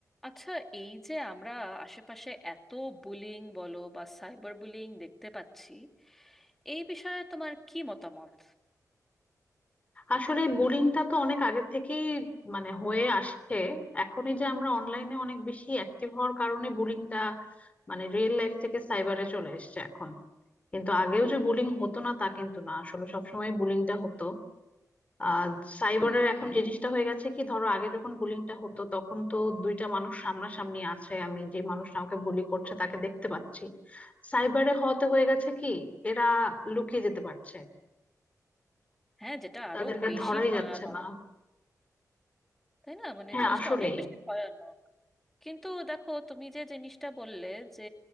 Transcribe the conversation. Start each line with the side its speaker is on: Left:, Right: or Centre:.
Centre: আচ্ছা এই যে আমরা আশেপাশে এত বুলিং বলো বা সাইবার বুলিং দেখতে পাচ্ছি এই বিষয়ে তোমার কি মতামত
Left: আসলে বুলিংটা তো অনেক আগের থেকেই মানে হয়ে আসছে এখনই যে আমরা অনলাইনে অনেক বেশি অ্যাক্টিভ হওয়ার কারণে বুলিংটা মানে রিয়েল লাইফ থেকে সাইবারে চলে এসেছে এখন কিন্তু আগেও যে বুলিং হতো না তা কিন্তু না আসলে সবসময় বুলিংটা হতো আর সাইবারের
Centre: হুম
Left: এখন জিনিসটা হয়ে গেছে কি ধরো আগে যখন বুলিংটা হতো তখন তো দুইটা মানুষ সামনাসামনি আছে আমি যে মানুষটা আমাকে বুলি করছে তাকে দেখতে পাচ্ছি সাইবারে হওয়াতে হয়ে গেছে কি এরা লুকিয়ে যেতে পারছে
Centre: হ্যাঁ যেটা
Left: তাদেরকে
Centre: আরো বেশি
Left: আর ধরাই
Centre: ভয়ানক
Left: যাচ্ছে না
Centre: তাই না মানে
Left: হ্যাঁ
Centre: জিনিসটা
Left: আসলেই
Centre: অনেক বেশি ভয়ানক কিন্তু দেখো তুমি যে জিনিসটা বললে যে